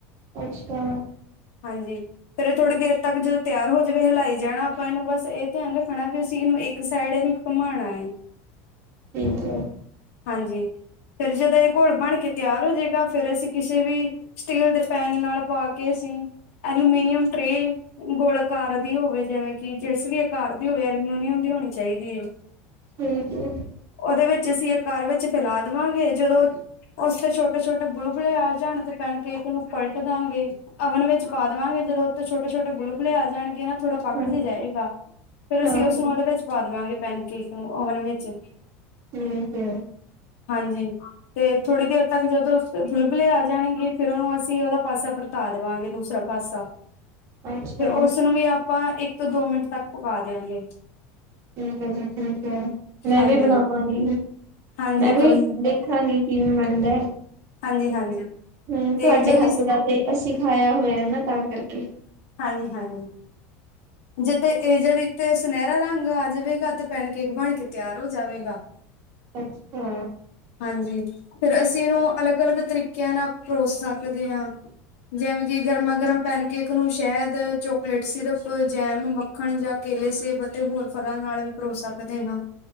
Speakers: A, on the right (about 40°); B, on the left (about 85°).
A: ਅੱਛਾ।
B: ਹਾਂਜੀ ਫੇਰ ਏ ਥੋੜੀ ਦੇਰ ਤੱਕ ਜਦੋਂ ਤਿਆਰ ਹੋ ਜਵੇ ਹਿਲਾਈ ਜਾਣਾ ਆਪਾਂ ਏਨੂੰ ਬਸ ਏ ਧਿਆਨ ਰੱਖਣਾ ਵੀ ਅਸੀਂ ਐਨੂੰ ਇੱਕ ਸਾਈਡ ਨੂੰ ਘੁਮਾਣਾ ਏ।
A: ਠੀਕ ਐ।
B: ਹਾਂਜੀ ਫਿਰ ਜਦ ਏ ਘੋਲ ਬਣ ਕੇ ਤਿਆਰ ਹੋਜਏਗਾ ਫੇਰ ਅਸੀਂ ਕਿਸੇ ਵੀ ਸਟੀਲ ਦੇ ਪੈਨ ਨਾਲ ਪਾ ਕੇ ਅਸੀਂ ਐਲੂਮੀਨੀਅਮ ਟਰੇੇ ਗੋਲਾਕਾਰ ਦੀ ਹੋਵੇ ਜਿਵੇਂ ਕਿ ਜਿਸ ਵੀ ਘਰ ਦੀ ਹੋਵੇ ਅਲਮੂਨੀਅਮ ਦੀ ਹੋਣੀ ਚਾਈਦੀ ਏ।
A: ਠੀਕ ਐ।
B: ਓਦੇ ਵਿੱਚ ਅਸੀਂ ਆਕਾਰ ਵਿੱਚ ਫੈਲਾ ਦੇਵਾਂਗੇ ਜਦੋਂ ਓਸ ਤੇ ਛੋਟੇ-ਛੋਟੇ ਬੁਲਬੁਲੇ ਆ ਜਾਣ ਤੇ ਪੈਣ ਕੇਕ ਨੂੰ ਪਲਟਦਾਂਗੇ। ਅਵਨ ਵਿੱਚ ਪਾ ਦਵਾਂਗੇ ਜਦੋਂ ਓਤੇ ਛੋਟੇ-ਛੋਟੇ ਬੁਲੁਬੁਲੇ ਆ ਜਾਣਗੇ ਨਾ ਥੋੜ੍ਹਾ ਪੱਕ
A: ਹਾਂ
B: ਜੇ ਜਾਏਗਾ। ਫਿਰ ਅਸੀਂ
A: ਹਾਂ
B: ਓਸਨੂੰ
A: ਹਾਂ
B: ਓਦੇ ਵਿੱਚ ਪਾ ਦੇਵਾਂਗੇ ਪੈਨਕੇਕ ਨੂੰ ਅਵਨ ਵਿੱਚ।
A: ਹੂੰ-ਹੂੰ।
B: ਹਾਂਜੀ। ਤੇ ਥੋੜੀ ਦੇਰ ਤੱਕ ਜਦੋਂ ਬੁਲਬੁਲੇ ਆ ਜਾਣਗੇ ਫ਼ਿਰ ਓਨੂੰ ਅਸੀਂ ਓਦਾ ਪਾਸਾ ਤਾ ਦੇਵਾਂਗੇ ਦੂਸਰਾ ਪਾਸਾ।
A: ਅੱਛਾ
B: ਫੇਰ ਓਸਨੂੰ ਵੀ ਆਪਾਂ ਇੱਕ ਦੋ ਮਿੰਟ ਤੱਕ ਪਕਾ ਦਿਆਂਗੇ।
A: ਠੀਕ ਐ ਜੀ ਠੀਕ ਐ ਮੈਂ
B: ਹਾਂਜੀ
A: ਵੀ ਬਣਾਵਾਂਗੀ।
B: ਹਾਂਜੀ
A: ਮੈਂ
B: ਕੋਈ
A: ਵੀ
B: ਨੀ
A: ਦੇਖਾਂਗੀ ਕਿਵੇਂ ਬਣਦਾ।
B: ਹਾਂਜੀ ਹਾਂਜੀ।
A: ਹੂੰ
B: ਤੇ
A: ਤੁਹਾਡੇ
B: ਜਦ
A: ਹੱਥ
B: ਇਸ
A: ਦਾ ਤੇ ਅਸੀਖਾਇਆ ਹੋਏਆ ਨਾ ਤਾਂ ਕਰਕੇ।
B: ਹਾਂਜੀ-ਹਾਂਜੀ। ਜੇ ਤੇ ਏ ਜਦ ਇਦੇ ਸੁਨੇਰਾ ਰੰਗ ਆ ਜਾਵੇਗਾ ਤੇ ਪੈਨਕੇਕ ਬਣ ਕੇ ਤਿਆਰ ਹੋ ਜਾਵੇਗਾ। <inaudible>
A: <unintelligible>
B: ਹਾਂਜੀ, ਫੇਰ ਅਸੀਂ ਏਨੂੰ
A: ਹੂੰ
B: ਅਲੱਗ-ਅਲੱਗ ਤਰੀਕਿਆਂ ਨਾਲ ਪਰੋਸ ਸਕਦੇ ਆਂ। ਜੈਵੇਂ ਕਿ ਗਰਮਾ-ਗਰਮ
A: ਠੀਕ ਹੈ
B: ਪੈਣ ਨੂੰ ਸ਼ੈਦ, ਚੋਕਲੇਟ ਸਿਰਪ, ਜੈਮ, ਮੱਖਣ ਜਾਂ ਕੇਲੇ ਸੇਬ ਅਤੇ ਹੋਰ ਫਲਾਂ ਨਾਲ ਪਰੋ ਸਕਦੇ ਹਾਂ।